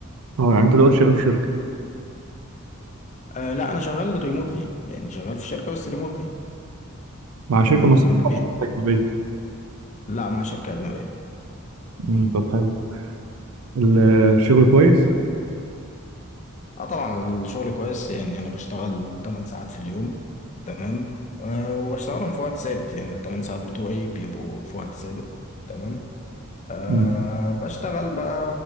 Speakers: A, on the right (about 85°); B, on the left (about 35°).
A: اه يعني انت دلوقتي شغال في شركه
B: أه لا انا شغال ريموتلي يعني شغال في شركة بس ريموتلي
A: مع شركه
B: تمام
A: مصريه
B: من البيت
A: ولا أجنبية؟
B: لا مع شركة أجنبية
A: مم، طب حلو ال- الشغل كويس
B: اه طبعا الشغل كويس يعني انا بشتغل 8 ساعات في اليوم تمام أه وبشتغلهم في وقت ثابت يعني ال 8 ساعات بتوعي بيبقوا في وقت ثابت تمام أه
A: مم.
B: بشتغل بقى